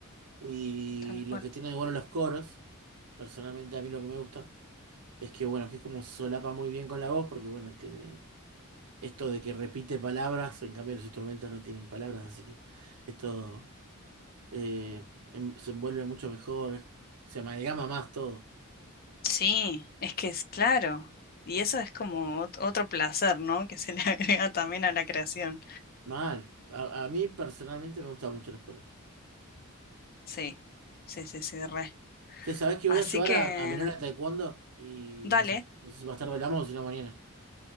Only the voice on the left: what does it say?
tal
cual.
Sí, es que es claro. Y eso es como ot- otro placer, ¿no? Que se le <laughs> agrega también a la creación.
Sí, sí, sí, sí, re.
Así
que,
dale,